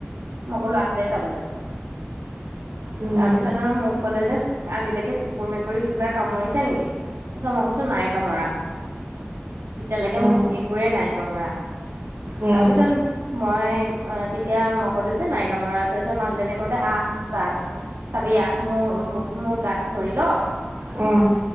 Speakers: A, on the right (about 75°); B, on the right (about 45°).
A: মইকলো আছে চাবলে।
B: উম
A: তাৰপিছত আৰু মোক ক'লে যে আজিলৈকে কুকুৰ মেকুৰীক কিবা কামুৰিছে নেকি? আচ্ছা মই কৈছো নাই কামোৰা। তেতিয়ালৈকে
B: উম
A: মোক একোৱেই নাই কামোৰা
B: উম
A: তাৰপিছত মই অ, তেতিয়া মই কলো যে নাইকামোৰা তাৰপিছত মানুহজনে কলে আহ চাহ চাবি আহ, মোৰ মোৰ গাত ধৰি লহ
B: উম।